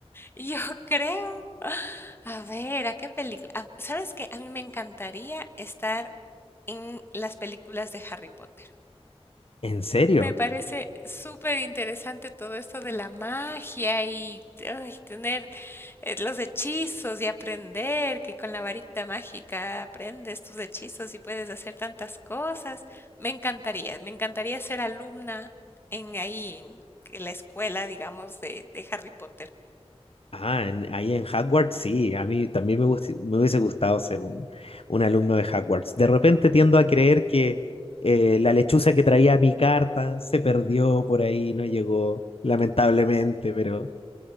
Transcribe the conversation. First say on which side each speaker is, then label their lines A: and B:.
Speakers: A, on the left (about 20°); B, on the left (about 60°).
A: Yo creo, a ver, ¿a qué película? Ah, ¿Sabes qué? A mí me encantaría estar en las películas de Harry Potter.
B: ¿En serio?
A: Me parece súper interesante todo esto de la magia y ay, tener eh, los hechizos y aprender que con la varita mágica aprendes tus hechizos y puedes hacer tantas cosas. Me encantaría, me encantaría ser alumna en ahí, en la escuela, digamos, de, de Harry Potter.
B: Ah, en- ahí en Hogwarts sí, a mí también me, gust- me hubiese gustado ser un, un alumno de Hogwarts. De repente tiendo a creer que eh, la lechuza que traía mi carta se perdió por ahí, no llegó, lamentablemente, pero...